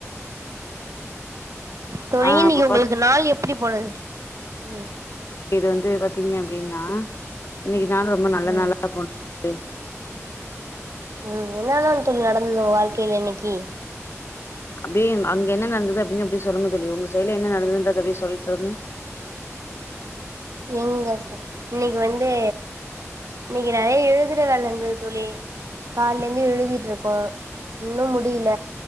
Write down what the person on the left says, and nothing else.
ஆ
அப்ப
பாத்
இது வந்து பாத்தீங்க அப்டின்னா இன்னைக்கு நாள் ரொம்ப நல்ல
நாளா போனது
அப்டியே அங்க என்ன நடந்தது அப்டின் அப்டே சொல்லுங்க தோழி உங்க சைட்ல என்ன நடந்துதுன்றத அப்டே சொல்லிட்ருங்க